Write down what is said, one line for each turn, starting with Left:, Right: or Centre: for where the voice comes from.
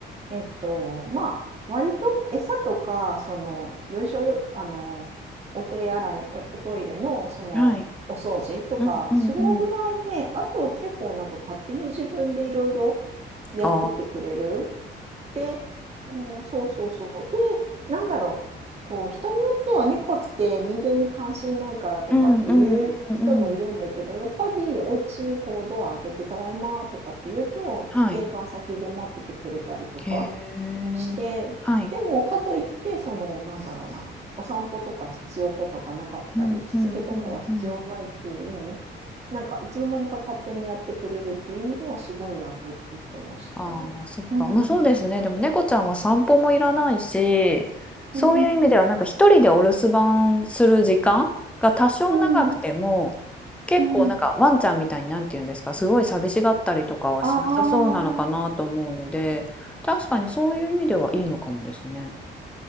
Right: えっと、まあ、割と餌とか、その、よいしょよ、あの、お手洗い、お、おトイレの、その、
Centre: はい。
Right: お掃除とか、
Centre: うんうんうん。
Right: そのぐらいで、あとは結構なんか勝手に自分でいろいろやっててくれる。
Centre: ああ。
Right: で、うんそうそうそう。で、なんだろう。こう、人によってはね猫って人間に関心ないからとかっていう人もいるんだけど、
Centre: うんうんうんうん。
Right: やっぱりお家、こう、ドア開けて、ただいまとかって言うと、
Centre: はい。
Right: 玄関先で待っててくれたりとか。
Centre: へえ。
Right: して、
Centre: はい。
Right: でもかといって、その、なんだろうな、お散歩とか必要とかがなかったり、
Centre: うんうんうんうん。
Right: しつけとかは必要ないっていう意味、なんかいつの間にか勝手にやってくれるっていう意味ではすごい楽って言ってましたね。
Centre: ああ、そっか。
Right: うん、
Centre: まあそうですね。
Right: う
Centre: でも猫ちゃんは散歩もいらないし、そういう意味ではなんか一人でお留守番する時間が多少長くても、
Right: ん、うん、
Centre: 結構なんかワンちゃんみたいになんて言うんですか、
Right: うん。
Centre: すごい寂しがったりとかはしなさそうなのかなと思うので、
Right: ああ、
Centre: 確かにそういう意味ではいいのかもですね。